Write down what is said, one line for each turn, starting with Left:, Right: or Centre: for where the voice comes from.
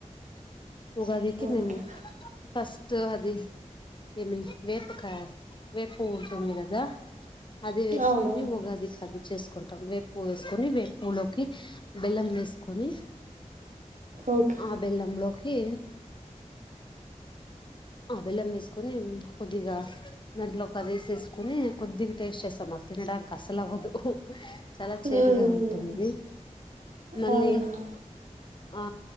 Left: ఉగాదికి
Right: ఓకే
Left: మేము ఫస్ట్ అది ఏమి వేపు కా వేపు ఉంటుంది కదా అదే వేస్కొని
Right: అవునవును
Left: ఉగాదికి అది చేస్కుంటాం వేప్ పొస్కొని వేప్ పువ్వులోకి బెల్లం వేస్కొని.
Right: ఓకే
Left: ఆ బెల్లంలోకి హే ఆ బెల్లం వేస్కొని కొద్దిగా దాంట్లో పదేసేస్కొనీ కొద్దిగా టేస్ట్ చేస్తాం అ తినడానికస్సలు అవ్వదు చాలా
Right: హ్మ్.
Left: చేదుగా ఉంటుంది. మళ్ళీ
Right: అవునవును
Left: ఆ